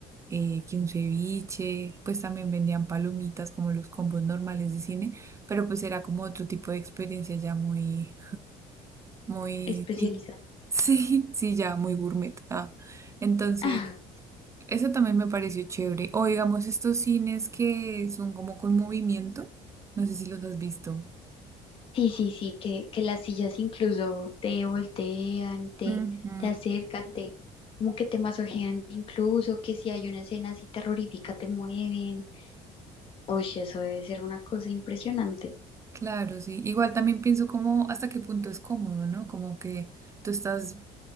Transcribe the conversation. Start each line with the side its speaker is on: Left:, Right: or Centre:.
Right: eh, que un ceviche, pues también vendían palomitas como los combos normales de cine, pero pues era como otro tipo de experiencia ya muy muy,
Left: especializada.
Right: sí, <laughs> sí, sí, ya, muy gourmet. ah. Entonces,
Left: <laughs>
Right: eso también me pareció chévere. O digamos, estos cines que son como con movimiento, no sé si los has visto.
Left: Sí, sí, sí, que, que las sillas incluso te voltean, te,
Right: Ujú,
Left: te acercan, te, como que te masojean, incluso que si hay una escena así terrorífica te mueven. Uy, eso debe ser una cosa impresionante.
Right: Claro, sí. Igual también pienso como hasta qué punto es cómodo, ¿no? Como que tú estás